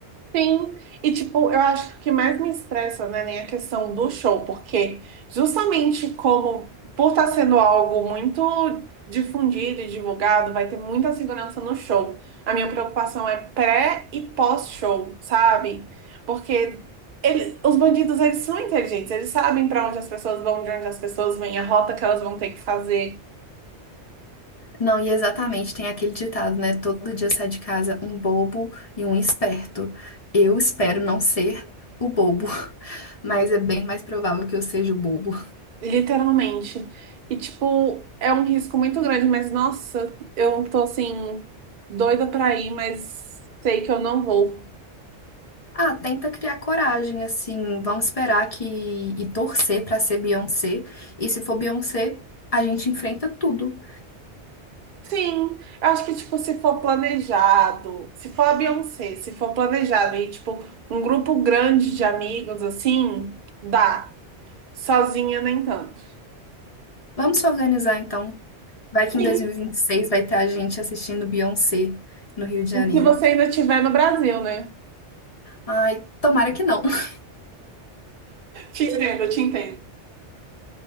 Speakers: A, on the right; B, on the left.
A: Sim, e tipo, eu acho que o que mais me estressa, né, nem a questão do show, porque justamente como por estar sendo algo muito difundido e divulgado, vai ter muita segurança no show. A minha preocupação é pré e pós-show, sabe? Porque eles, os bandidos, eles são inteligentes, eles sabem para onde as pessoas vão, de onde as pessoas vêm, a rota que elas vão ter que fazer.
B: Não, e exatamente, tem aquele ditado, né? Todo dia sai de casa um bobo e um esperto. Eu espero não ser o bobo, <laughs> mas é bem mais provável que eu seja o bobo.
A: Literalmente. E, tipo, é um risco muito grande, mas nossa, eu tô assim, doida pra ir, mas sei que eu não vou.
B: Ah, tenta criar coragem, assim, vamos esperar que e torcer pra ser Beyoncé. E se for Beyoncé, a gente enfrenta tudo.
A: Sim, eu acho que, tipo, se for planejado, se for a Beyoncé, se for planejado e, tipo, um grupo grande de amigos, assim, dá. Sozinha, nem tanto.
B: Vamos se organizar então. Vai que
A: Sim,
B: em 2026 vai ter a gente assistindo Beyoncé no Rio de Janeiro.
A: se você ainda estiver no Brasil, né?
B: Ai, tomara que não. <laughs>
A: Te entendo, te entendo.